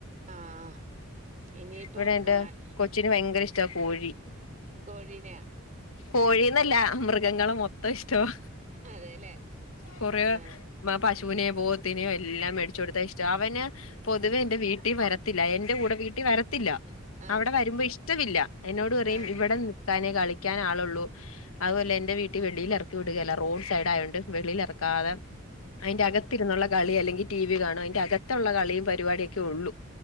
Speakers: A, on the right; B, on the left.
A: ആഹ് ഇനിയിപ്പോ
B: ഇവിടെ എന്റെ
A: കാൽ
B: കൊച്ചിന് ഭയങ്കര ഇഷ്ടാ കോഴി
A: കോഴീനെ
B: കോഴീന്നല്ല മൃഗങ്ങളെ മൊത്തം ഇഷ്ടവാ
A: അതെല്ലേ
B: കൊറേ
A: ആ
B: മ പശുവിനെയോ പോത്തിനെയോ എല്ലാം മേടിച്ചു കൊടുത്ത ഇ അവന് പൊതുവേ ഇന്റെ വീട്ടി വരത്തില്ല. എന്റെ കൂടെ വീട്ടി വരത്തില്ല
A: ആ
B: അവടെ വരുമ്പോ ഇഷ് ഇഷ്ടവില്ല. എന്നോട് പറയും
A: ആ
B: ഇവടെ നിക്കാനേ കളിക്കാൻ ആളൊള്ളൂ അതുപോലെ എന്റെ വീട്ടി വെളിയിൽ എറക്കി വിടുകേല. റോഡ് സൈഡ് ആയോണ്ട് വെളിയിൽ എറക്കാതെ അയ്ന്റെ അകത്തിരുന്നുള്ള കളി അല്ലെങ്കിൽ ടി വി കാണും. അയ്ന്റെ അകത്തൊള്ള കളിയും പരിപാടി ഒക്കെ ഒള്ളു